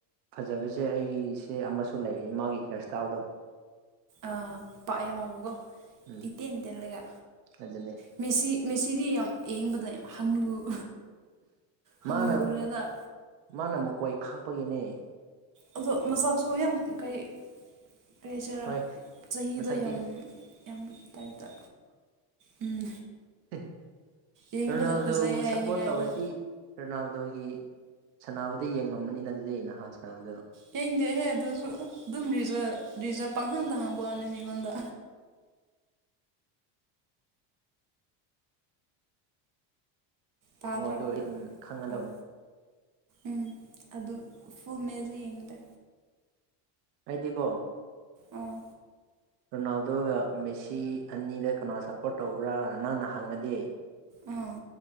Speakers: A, on the right (about 85°); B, on the right (about 40°).
A: ꯐꯖꯕꯁꯦ ꯑꯩꯁꯦ ꯑꯃꯁꯨ ꯂꯩꯌꯦ ꯃꯥꯒꯤ ꯍꯤꯌꯥꯔ ꯁ꯭ꯇꯥꯏꯜꯗꯣ
B: ꯑꯥ ꯄꯥꯛꯑꯦ <unintelligible>
A: ꯎꯝ
B: ꯏꯇꯦꯟ ꯇꯦꯜꯂꯒ
A: ꯑꯗꯨꯅꯦ
B: ꯃꯦꯁꯤ ꯃꯦꯁꯤꯗꯤ ꯌꯥꯝ ꯌꯦꯡꯕꯗ ꯌꯥꯝ ꯍꯅꯨ ꯍꯟꯅꯨꯔꯦꯒ
A: ꯃꯥꯅ ꯃꯥꯅ ꯃꯀꯣꯏ ꯈꯥꯛꯄꯒꯤꯅꯦ
B: ꯑꯗꯣ ꯃꯁꯥꯁꯨ ꯌꯥꯝ ꯀꯩ ꯀꯩ ꯍꯥꯏꯁꯤꯔ
A: ꯍꯣꯏ
B: ꯆꯍꯤꯗꯣ
A: ꯃꯁꯛꯇꯤ
B: ꯌꯥꯝ ꯌꯥꯝꯕꯒꯤ ꯇꯥꯏꯞꯇ ꯎꯝ
A: ꯍꯦꯍꯦ
B: ꯌꯦꯡꯕꯗ
A: ꯔꯣꯅꯥꯜꯗꯣꯕꯨ
B: ꯐꯖꯩ ꯍꯥꯏꯅꯤꯡꯉꯥꯏꯗꯣ
A: ꯁꯞꯄꯣꯔꯠ ꯇꯧꯔꯗꯤ ꯔꯣꯅꯥꯜꯗꯣꯒꯤ ꯁꯥꯟꯅꯥꯕꯗꯤ ꯌꯦꯡꯉꯝꯃꯅꯤꯅ ꯑꯗꯨꯗꯤ ꯅꯍꯥꯟ ꯁꯥꯟꯅꯕꯗꯣ
B: ꯌꯦꯡꯗꯦꯍꯦ ꯑꯗꯨꯁꯨ ꯑꯗꯨꯁꯨ ꯔꯤꯖꯜ ꯔꯤꯖꯥꯜ ꯄꯪꯍꯪꯗ ꯍꯥꯡꯕ ꯋꯥꯅꯤ ꯃꯤꯉꯣꯟꯗ ꯇꯥꯗ꯭ꯔꯣ
A: ꯌꯦꯡꯉꯣ ꯑꯗꯨ ꯑꯣꯏꯗꯤ ꯎꯝ ꯈꯪꯉꯗꯧꯅꯤ
B: ꯑꯥ ꯎꯝ ꯑꯗꯨ ꯐꯨꯜ ꯃꯦꯖ ꯌꯦꯡꯅꯤꯡꯗꯦ
A: ꯑꯩꯗꯤꯀꯣ
B: ꯑꯣ
A: ꯔꯣꯅꯥꯜꯗꯣꯒ ꯃꯦꯁꯤ ꯑꯅꯤꯗ ꯀꯅꯥ ꯁꯞꯄꯣꯔꯠ ꯇꯧꯕ꯭ꯔꯥ ꯅꯪꯅ ꯍꯪꯉꯗꯤ
B: ꯑꯥ